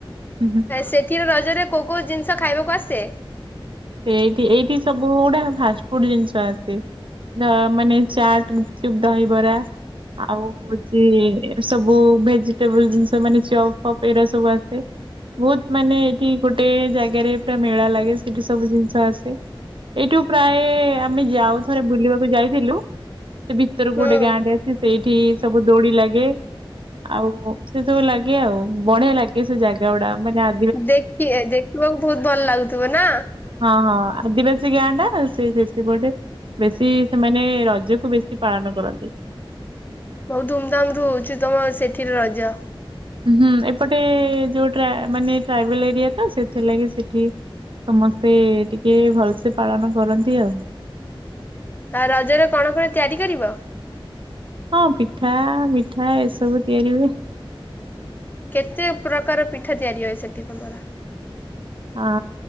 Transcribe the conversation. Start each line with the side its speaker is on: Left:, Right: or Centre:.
Right: ହୁଁ ହୁଁ
Left: ସେଥିରେ ରଜରେ କୋଉ କୋଉ ଜିନିଷ ଖାଇବାକୁ ଆସେ?
Right: ସେଇଠି, ଏଇଠି ସବୁ ଗୁଡା ଫାଷ୍ଟ ଫୁଡ ଜିନିଷ ଆସେ। ଦ ମାନେ ଚାଟ୍, ଗୁପଚୁପ୍, ଦହିବରା ଆଉ ହଉଚି ସବୁ ଭେଜିଟେବଲ ଜିନିଷ ମାନେ ଚପ୍ ଫପ୍ ଏଇରା ସବୁ ଆସେ। ବହୁତ ମାନେ ଏଇଠି ଗୋଟେ ଜାଗାରେ ପୁରା ମେଳା ଲାଗେ ସେଠି ସବୁ ଜିନିଷ ଆସେ, ଏଇଠୁ ପ୍ରାୟ ଆମେ ଯାଉ ଥରେ ବୁଲିବାକୁ ଯାଇଥିଲୁ ସେ ଭିତର
Left: ହୁଁ
Right: ଗୋଟେ ଗାଁଟେ ଅଛି, ସେଇଠି ସବୁ ଦୋଳି ଲାଗେ। ଆଉ ସେ ସବୁ ଲାଗେ ଆଉ, ବଢିଆ ଲାଗେ ସେ ଜାଗା ଗୁଡା ମାନେ ଆ
Left: ଦେଖିଆ ଦେଖିବାକୁ ବହୁତ ଭଲ ଲାଗୁଥିବ ନା?
Right: ହଁ- ହଁ ଆଦିବାସୀ ଗାଁ ଟା, ସେ ସେଥିପଟେ ବେଶୀ ସେମାନେ ରଜକୁ ବେଶୀ ପାଳନ କରନ୍ତି।
Left: ବହୁତ ଧୁମଧାମରୁ ହଉଚି, ତମ ସେଠିରେ ରଜ।
Right: ହୁଁ ଏପଟେ ଯୋଉ ଟ୍ରା ମାନେ ଟ୍ରାଇବେଲ ଏରିଆ ତ, ସେଥିଲାଗି ସେଠି ସମସ୍ତେ ଟିକେ ଭଲସେ ପାଳନ କରନ୍ତି ଆଉ।
Left: ଆଉ ରଜରେ କଣ କଣ ତିଆରି କରିବ?
Right: ହଁ ପିଠା, ମିଠା ଏସବୁ ତିଆରି ହୁଏ।
Left: କେତେ ପ୍ରକାର ପିଠା ତିଆରି ହଏ, ସେଠି ତମର?
Right: ଅ-